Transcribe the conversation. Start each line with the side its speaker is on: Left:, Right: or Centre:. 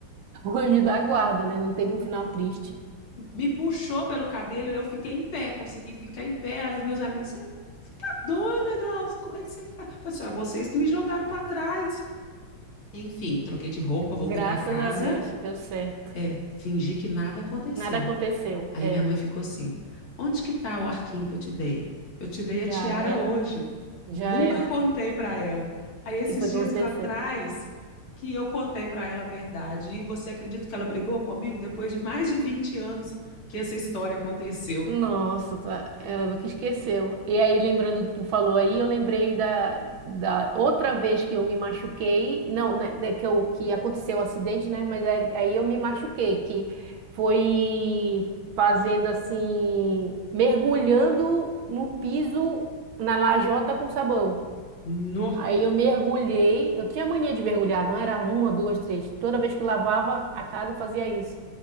Right: <laughs> O anjo da guarda, né? Não teve um final triste.
Left: me puxou pelo cabelo, eu fiquei em pé, consegui ficar em pé. Aí os meus amigos, você tá doida, Glaucio? Como é que você faz? Eu falei assim, ah, vocês que me jogaram para trás. Enfim, troquei de roupa, voltei
Right: Graças
Left: para casa,
Right: a Deus, deu certo.
Left: é, fingi que nada aconteceu.
Right: Nada aconteceu.
Left: Aí
Right: É,
Left: a minha mãe ficou assim: onde que tá o arquinho que eu te dei? Eu te dei a tiara
Right: já era.
Left: hoje.
Right: Já
Left: Nunca
Right: era.
Left: contei para ela. Aí
Right: <laughs>
Left: esses
Right: O que foi
Left: dias
Right: que aconteceu?
Left: para trás que eu contei para ela a verdade. E você acredita que ela brigou comigo depois de mais de vinte anos que essa história aconteceu?
Right: Nossa, tá. Ela nunca esqueceu. E aí, lembrando, tu falou aí, eu lembrei da, da outra vez que eu me machuquei. Não, né, da- que, eu, que aconteceu o acidente, né? Mas aí aí eu me machuquei, que foi fazendo assim, mergulhando no piso, na lajota com sabão.
Left: No.
Right: Aí eu mergulhei. Eu tinha mania de mergulhar, não era uma, duas, três. Toda vez que lavava a casa, eu fazia isso.